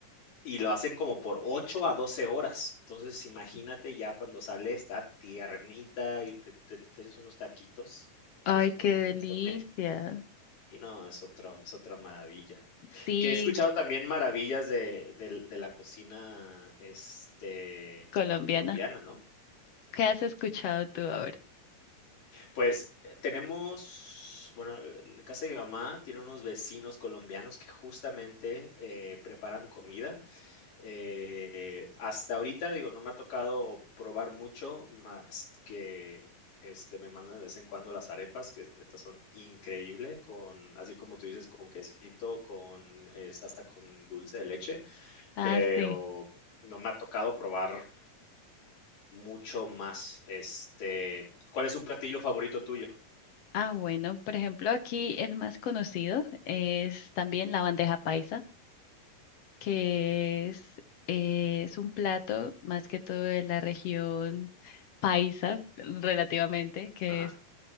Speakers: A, on the left (about 75°); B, on the left (about 60°).
A: y lo hacen como por 8 a 12 horas. Entonces, imagínate ya cuando sale está tiernita y te te te echas unos taquitos,
B: ay,
A: eso
B: qué
A: con tu
B: delicia.
A: consomé. Y no, es otro, es otra maravilla.
B: Sí,
A: Que he escuchado también maravillas de, del- de la cocina este,
B: colombiana.
A: eh, colombiana, ¿no?
B: ¿Qué has escuchado tú ahora?
A: Pues eh, tenemos, bueno, eh, en casa de mi mamá tiene unos vecinos colombianos que justamente eh, preparan comida Eh, hasta ahorita, digo, no me ha tocado probar mucho más que este, me mandan de vez en cuando las arepas, que neta son increíbles con, así como tú dices, con quesito, con, es hasta con dulce de leche,
B: Ah,
A: pero
B: sí.
A: no me ha tocado probar mucho más. Este, ¿cuál es un platillo favorito tuyo?
B: Ah, bueno, por ejemplo, aquí el más conocido es también la bandeja paisa, que
A: Mm,
B: es, eh, es un plato más que todo de la región paisa, relativamente, que
A: Ajá.
B: es